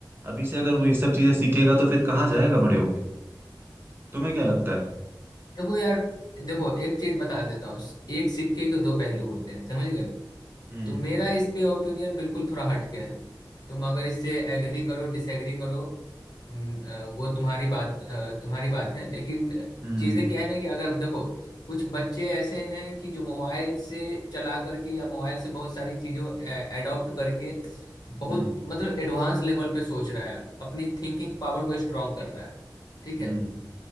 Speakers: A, on the right; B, on the left.
A: अभी से अगर वो ये सब चीजें सीखेगा तो फिर कहाँ जाएगा बड़े होके तुम्हें क्या लगता है
B: देखो यार देखो एक चीज बता देता हूँ एक सिक्के के दो पहलू होते हैं समझ गए
A: हम्म
B: तो मेरा इस पे ओपिनियन बिल्कुल थोड़ा हटके है तुम अगर इससे एग्री करो डिसएग्री करो हम्म, अ, वो तुम्हारी बात अ, तुम्हारी बात है लेकिन
A: हम्म
B: चीजें क्या है ना कि अगर देखो कुछ बच्चे ऐसे हैं कि जो मोबाइल से चला करके या मोबाइल से बहुत सारी चीजों एडॉप्ट करके बहुत
A: हम्म
B: मतलब एडवांस लेवल पे सोच रहा है अपनी थिंकिंग पावर को स्ट्रांग कर रहा है ठीक है
A: हम्म